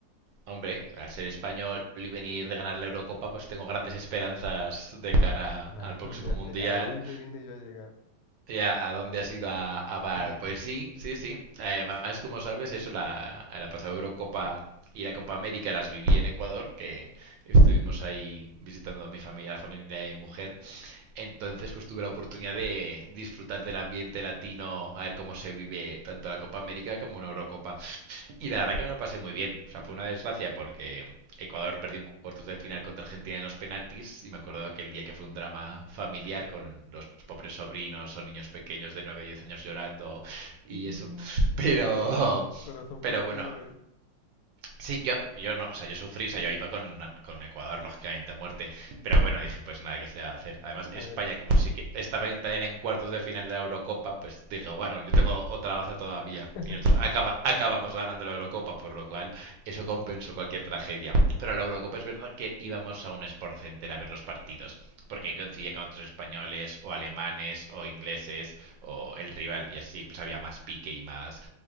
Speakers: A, on the right (about 70°); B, on the left (about 85°).
A: Hombre, al ser español y venir de ganar la Eurocopa, pues tengo grandes esperanzas de cara
B: Imagínate,
A: al próximo Mundial.
B: ¿a dónde vine yo a llegar?
A: Ya, ¿a dónde has ido a, a Val? Pues sí, sí, sí. Además, como sabes, eso, la, la pasada Eurocopa y la Copa América las viví en Ecuador, que estuvimos ahí visitando a mi familia, a la familia de mi mujer. Entonces, pues tuve la oportunidad de disfrutar del ambiente latino, a ver cómo se vive tanto la Copa América como una Eurocopa. Y la verdad que me lo pasé muy bien. O sea, fue una desgracia porque Ecuador perdió en cuartos de final contra Argentina en los penaltis y me acuerdo de aquel día que fue un drama familiar con los pobres sobrinos o niños pequeños de 9 o 10 años llorando y
B: No,
A: eso. Pero,
B: corazón
A: pero
B: partido
A: bueno,
B: ahí.
A: Sí, yo, yo no, o sea, yo sufrí, o sea, yo iba con, con Ecuador, lógicamente, a muerte. Pero bueno, dije, pues nada, ¿qué se le va a hacer? Además,
B: A
A: España,
B: ver,
A: como sí que estaba en- también en cuartos de final de la Eurocopa, pues dije, bueno, yo tengo otra baza todavía.
B: <laughs>
A: Y nosotros acaba, acabamos ganando la Eurocopa, por lo cual eso compensó cualquier tragedia. Pero a la Eurocopa es verdad que íbamos a un Sport Center a ver los partidos, porque ahí coincidía con otros españoles, o alemanes, o ingleses, o el rival. Y así pues había más pique y más...